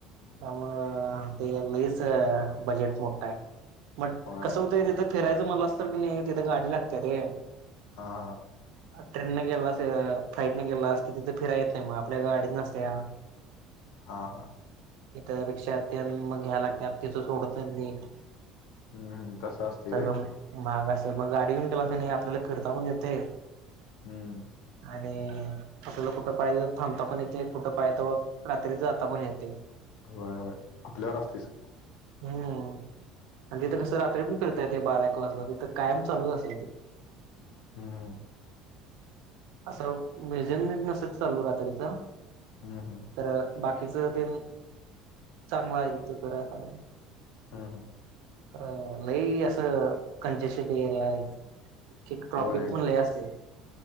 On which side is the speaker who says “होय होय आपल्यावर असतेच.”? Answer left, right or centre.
Left